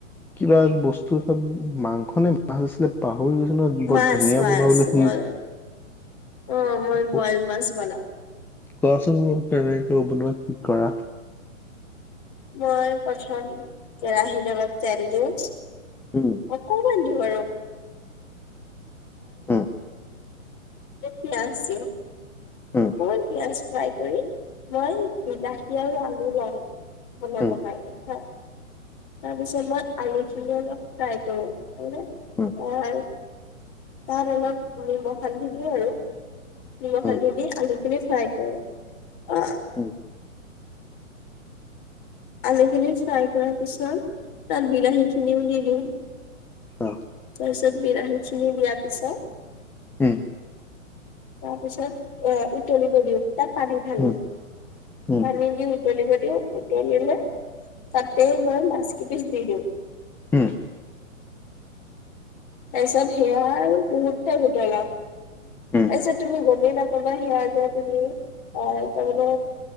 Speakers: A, in the centre; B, on the left.
A: কিবা বস্তু এটা মাংসনে মাছ আছিলে পাম গৈছে নই বৰ
B: মাছ
A: ধুনীয়া
B: মাছ
A: বনোৱা বুলা শুনিছো
B: মই অ মই বইল
A: অ।
B: মাছ বনাও
A: কোৱাচোন মোক কেনেকে বনোৱা কি কৰা।
B: মই প্ৰথম কেৰাহীত অলপ তেল দিওঁ
A: উম
B: অকমান। <unintelligible> এ <unintelligible>
A: উম
B: পিয়াজ দিও অকমান
A: উম
B: পিয়াজ ফ্ৰাই কৰি মই বিলাহী আৰু আলু ল বনাব
A: উম
B: কাৰণে হয় তাৰপিছত মই আলুখিনি অলপ ফ্ৰাই কৰো। আহ
A: উম
B: তাত অলপ নিমখ হালধি দিও আৰু নিমখ
A: উম
B: হালধি
A: উম
B: দি আলুখিনি ফ্ৰাই কৰো আহ।
A: উম
B: আলুখিনি ফ্ৰাই কৰাৰ পিছত তাত বিলাহীখিনিও দি দিওঁ।
A: অ
B: তাৰপাছত বিলাহি খিনি দিয়া পিছত
A: উম
B: তাৰপিছত এ উতলিব দিও। তাত পানী ধালো
A: উম উম উম
B: পানী দিও উতলিব দিওঁ টেল দি লৈ তাতে মই মাছ কেইপিচ দি দিও
A: উম
B: তাৰপিছত সেয়া আৰু বহুত টাইম উতলাও তাৰপিছত
A: উম
B: তুমি গমেই নাপাবা সেয়া যে তুমি আহ তাৰমানে